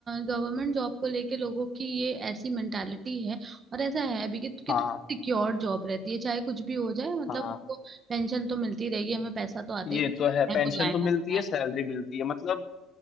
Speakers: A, on the right; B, on the left.
A: गवर्नमेंट जॉब को लेके लोगों की ये ऐसी मेंटालिटी है और ऐसा है भी कि, कि
B: हाँ
A: सिक्योर जॉब रहती है चाहे कुछ भी हो जाए मतलब
B: हाँ
A: उनको पेंशन तो मिलती रहेगी हमें पैसा तो आते
B: ये
A: ही रहेगा,
B: तो है पेंशन
A: चाहे बुलाए
B: तो
A: ना
B: मिलती
A: बुलाए
B: है सैलरी मिलती है मतलब